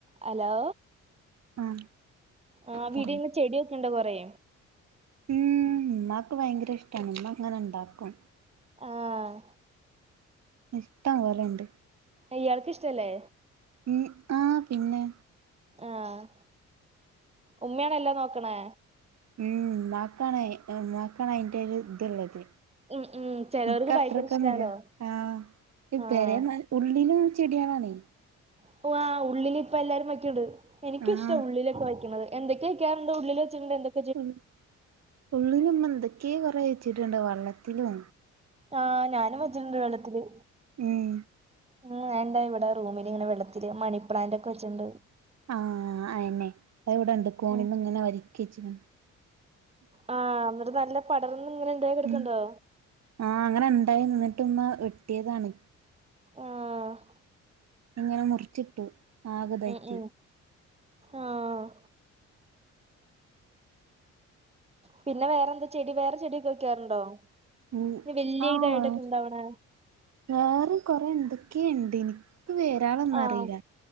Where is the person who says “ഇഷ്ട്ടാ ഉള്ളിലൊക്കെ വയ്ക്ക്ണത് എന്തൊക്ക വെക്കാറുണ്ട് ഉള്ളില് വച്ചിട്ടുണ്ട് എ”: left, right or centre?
Right